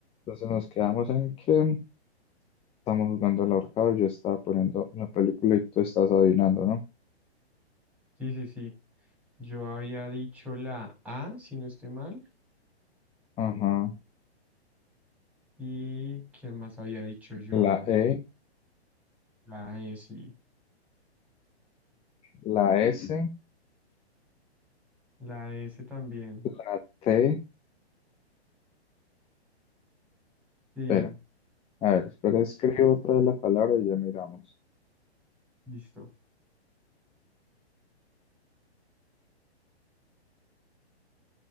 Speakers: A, on the left (about 15°); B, in the centre.
A: Entonces nos quedamos en que estamos jugando al ahorcado, yo estaba poniendo la película y tú estás adivinando, ¿no?
B: Sí, sí, sí. Yo había dicho la A, si no estoy mal.
A: Ajá.
B: ¿Y quién más había dicho yo?
A: La E,
B: La S.
A: la S,
B: La S también.
A: la T.
B: Sí,
A: Espera, a ver, espera, escribo otra vez la palabra y ya miramos.
B: listo.